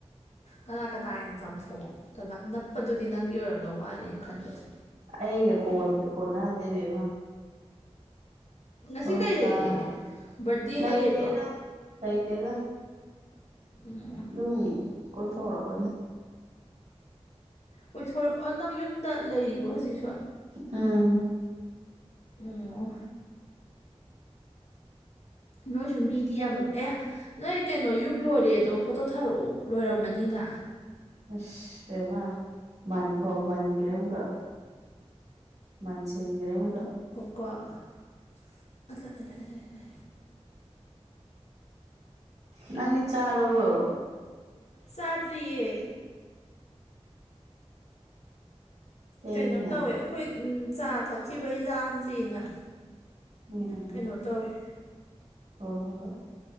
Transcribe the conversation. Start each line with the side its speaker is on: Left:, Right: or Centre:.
Left: ꯀꯅꯥ ꯀꯅꯥꯏꯅ ꯆꯝꯊꯣꯡ ꯀꯅꯥ ꯅꯞꯄꯗꯨꯗꯤ ꯅꯪꯒꯤ ꯑꯣꯏꯔꯝꯗꯧ ꯃꯥꯜꯂꯦ ꯑꯩ ꯈꯟꯕꯗ
Right: ꯑꯩꯒ ꯀꯣꯟ ꯀꯣꯟꯅꯗꯦ ꯏꯕꯦꯝꯃ
Left: ꯉꯁꯤ
Right: ꯂꯣꯏ
Left: ꯀꯩ
Right: ꯆꯥꯈ꯭ꯔꯦ
Left: ꯂꯩꯒꯦ ꯕꯔꯗꯦꯒ
Right: ꯂꯩꯇꯦꯗ
Left: ꯂꯩꯕ꯭ꯔꯣ
Right: ꯂꯩꯇꯦꯗ
Left: ꯎꯝ
Right: ꯗꯨꯝ ꯀꯣꯏꯊꯣꯔꯛꯄꯅꯦ
Left: ꯀꯣꯏꯊꯣꯔꯛ ꯑꯣ ꯅꯪ ꯌꯨꯝꯗ ꯂꯩꯔꯤꯕꯣ ꯍꯧꯖꯤꯛꯁꯨ
Right: ꯎꯝ
Left: ꯑꯣ ꯅꯣꯏꯁꯨ ꯃꯤꯗꯤ
Right: ꯍꯣꯏ
Left: ꯌꯥꯝꯃ ꯑꯌꯥ ꯅꯣꯏ ꯀꯩꯅꯣ ꯌꯨꯝ ꯂꯣꯏꯔꯦꯗꯣ ꯐꯣꯇꯣ ꯊꯥꯔꯛꯑꯣ ꯂꯣꯏꯔꯝꯃꯅꯤꯅ
Right: ꯑꯁ ꯕꯦꯝꯃ ꯃꯟ ꯐꯥꯎ ꯃꯟꯈ꯭ꯔꯦ ꯑꯃꯨꯛꯀ ꯃꯟꯁꯤꯟꯒ꯭ꯔꯦ ꯑꯃꯨꯛꯀ
Left: ꯀꯣ <unintelligible>
Right: ꯅꯪꯗꯤ ꯆꯥꯔꯕꯣ
Left: ꯆꯥꯗ꯭ꯔꯤꯌꯦ
Right: ꯊꯦꯡꯉꯤꯅ
Left: ꯀꯩꯅꯣ ꯇꯧꯋꯦ ꯑꯩꯈꯣꯏ ꯆꯥ ꯊꯛꯈꯤꯕꯩ ꯂꯥꯝꯗ꯭ꯔꯤꯅ
Right: ꯎꯝ ꯎꯝ
Left: ꯀꯩꯅꯣ
Right: ꯎꯝ
Left: ꯇꯧꯔꯤ
Right: ꯍꯣꯏ ꯍꯣꯏ ꯍꯣꯏ